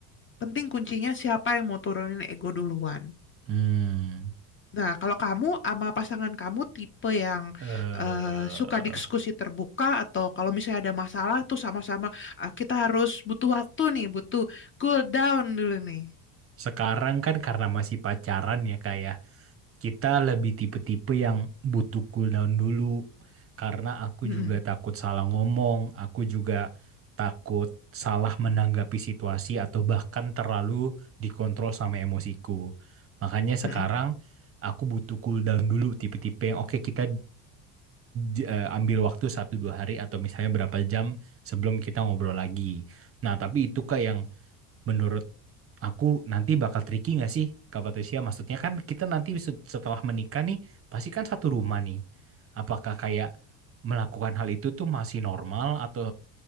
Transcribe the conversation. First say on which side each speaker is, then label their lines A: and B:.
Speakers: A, on the left (about 30°); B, on the right (about 30°).
A: Penting kuncinya siapa yang mau turunin ego duluan.
B: mm.
A: Nah, kalau kamu sama pasangan kamu tipe yang
B: Eh,
A: eh, suka diskusi terbuka atau kalau misalnya ada masalah tuh sama-sama "Ah, kita harus butuh waktu nih, butuh cool down dulu nih.
B: sekarang kan karena masih pacaran ya kak ya, Kita lebih tipe-tipe yang butuh cooldown dulu karena aku
A: Mm-mm,
B: juga takut salah ngomong, aku juga takut salah menanggapi situasi atau bahkan terlalu dikontrol sama emosiku. Makanya sekarang
A: mm-mm.
B: aku butuh cooldown dulu tipe-tipe yang oke kita j- eh, ambil waktu satu dua hari atau misalnya berapa jam sebelum kita ngobrol lagi. Nah, tapi itu kak yang menurut aku nanti bakal tricky nggak sih Kak Patricia? Maksudnya kan kita nanti se- setelah menikah nih, pasti kan satu rumah nih. Apakah kayak melakukan hal itu tuh masih normal atau